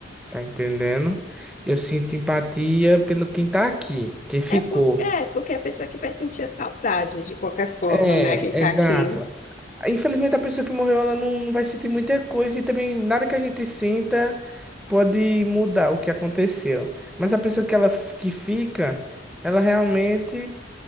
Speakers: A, in the centre; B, on the left (about 40°).
A: Tá entendendo? Eu sinto empatia pelo quem tá aqui, quem ficou.
B: É porque, é porque a pessoa que vai sentir a saudade de qualquer forma,
A: É,
B: né? Quem tá
A: exato.
B: aqui.
A: Infelizmente, a pessoa que morreu, ela não, não vai sentir muita coisa e também nada que a gente sinta pode mudar o que aconteceu. Mas a pessoa que ela f- que fica, ela realmente